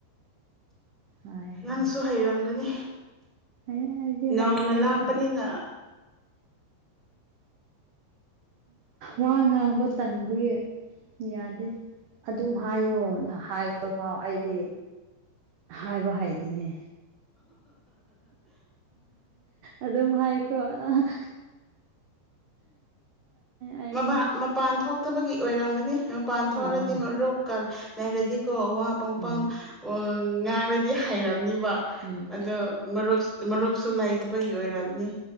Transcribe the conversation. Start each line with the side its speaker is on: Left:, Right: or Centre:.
Right: ꯍꯥꯏ
Centre: ꯅꯪꯁꯨ
Right: ꯑꯗꯣ
Centre: ꯍꯩꯔꯝꯒꯅꯤ
Right: ꯑꯩ ꯑꯩꯗꯤ
Centre: ꯅꯧꯅ
Right: ꯍꯩ ꯑꯩꯗꯤ
Centre: ꯂꯥꯛꯄꯅꯤꯅ
Right: ꯋꯥ ꯉꯥꯡꯕ ꯇꯟꯕꯨꯒꯤ ꯌꯥꯗꯦ ꯑꯗꯨꯝ ꯍꯥꯏꯌꯣꯅ ꯍꯥꯏꯕ ꯐꯥꯎ ꯑꯩꯗꯤ ꯍꯥꯏꯕ ꯍꯥꯏꯩꯗꯤꯅꯦ ꯑꯗꯨꯝ ꯍꯥꯏꯈ꯭ꯔꯣ ꯑ ꯑꯩ
Centre: ꯎ ꯃꯄꯥꯟ ꯊꯣꯛꯇꯕꯒꯤ ꯑꯣꯏꯔꯝꯒꯅꯤ ꯃꯄꯥꯟ ꯊꯣꯛꯑꯗꯤ
Right: ꯑꯥꯎ
Centre: ꯔꯣꯛꯀ ꯂꯩꯔꯗꯤꯀꯣ ꯋꯥ ꯄꯪꯄꯪ
Right: ꯎꯝ
Centre: ꯉꯥꯡꯔꯗꯤ ꯍꯥꯏꯔꯝꯅꯤꯕ
Right: ꯎꯝ
Centre: ꯑꯗꯣ ꯃꯔꯨꯞ ꯃꯔꯨꯞꯞꯁꯨ ꯂꯩꯇꯕ ꯑꯣꯏꯔꯑꯅꯤ